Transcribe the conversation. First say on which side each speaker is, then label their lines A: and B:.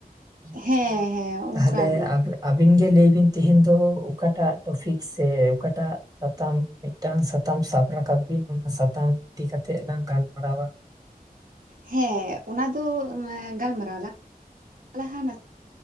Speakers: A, on the right; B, on the right.
A: ᱦᱮᱸ ᱦᱮᱸ
B: ᱛᱟᱦᱞᱮ
A: ᱚᱱᱠᱟ ᱜᱮ
B: ᱟᱯᱮ ᱟᱹᱵᱤᱱ ᱜᱮ ᱞᱟᱹᱭ ᱵᱤᱱ ᱛᱮᱦᱮᱧ ᱫᱚ ᱚᱠᱟᱴᱟᱜ ᱴᱚᱯᱤᱠ ᱥᱮ ᱚᱠᱟᱴᱟᱜ ᱥᱟᱛᱟᱢ? ᱢᱤᱜᱴᱟᱝ ᱥᱟᱛᱟᱢ ᱥᱟᱵ ᱨᱟᱠᱟᱵ ᱵᱤᱱ ᱚᱱᱟ ᱥᱟᱛᱟᱢ ᱤᱫᱤ ᱠᱟᱛᱮᱜ ᱞᱟᱝ ᱜᱟᱞᱢᱟᱨᱟᱣᱟ᱾
A: ᱦᱮᱸ ᱚᱱᱟ ᱫᱚ ᱜᱟᱞᱢᱟᱨᱟᱣ ᱞᱟᱝ ᱞᱟᱦᱟᱱᱟ